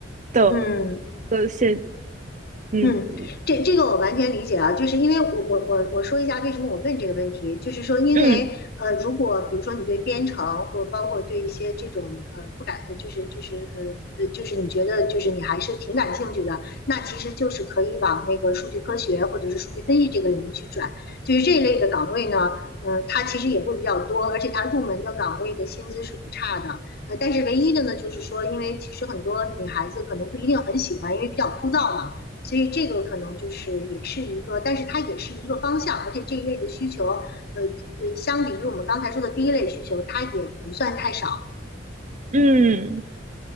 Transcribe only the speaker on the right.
的
的现嗯。
嗯
嗯